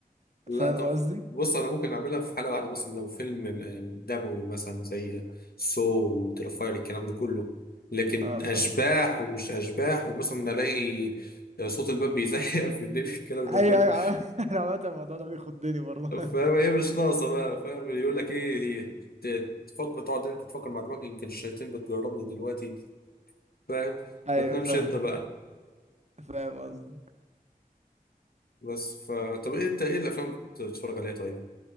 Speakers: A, on the left; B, on the right.
A: لا
B: فاهم
A: طب
B: قصدي
A: بص أنا ممكن أعملها في حلقة واحدة مثلا لو فيلم آه، دموي مثلا زي سو وترفاير الكلام ده كله لكن
B: اه فاهم
A: أشباح
B: قصدي
A: ومش أشباح ومثلا ألاقي صوت الباب بيزيق <laughs> في الليل الكلام
B: ايوه
A: ده كله
B: ايوه عم- <laughs> انا عامة الموضوع ده بيخضني برضه <laughs>
A: فاهم هي مش ناقصه بقى فاهم يقول لك ايه دي، ت- تفكر تقعد انت تفكر مع دماغك يمكن الشياطين بتجربني دلوقتي فاهم
B: ايوه
A: ما تنامش
B: فاهمك
A: انت بقى
B: يعني، فاهم قصدي
A: بس ف طب إيه انت ايه الافلام اللي بتتفرج عليها طيب